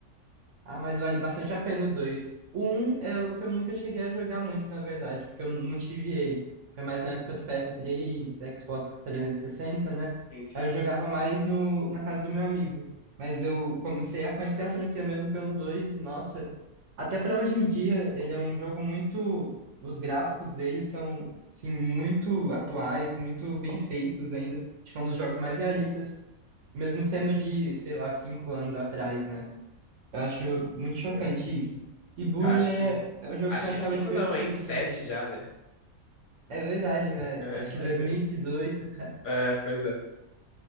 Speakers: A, on the right; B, on the left.
A: Ah, mas vale bastante a pena o 2. O 1 é o que eu nunca cheguei a jogar muito, na verdade, porque eu não tive ele. Foi mais na época do PS3, Xbox 360, né?
B: enfim.
A: Aí eu jogava mais no, na casa do meu amigo. Mas eu comecei a conhecer a franquia mesmo pelo 2 e, nossa, até pra hoje em dia, ele é um jogo muito. Os gráficos dele são, assim, muito atuais, muito bem feitos ainda. Acho que é um dos jogos mais realistas, mesmo sendo de, sei lá, cinco anos atrás, né? Eu acho muito chocante
B: É.
A: isso. E Bully
B: Eu acho
A: é,
B: que.
A: é um jogo
B: Acho
A: que eu achava
B: que cinco
A: divertido
B: não, hein? Sete
A: também.
B: já, né? <laughs>
A: É verdade, né?
B: É,
A: Acho que
B: mais
A: dois
B: tempo.
A: mil e dezoito
B: É, pois é.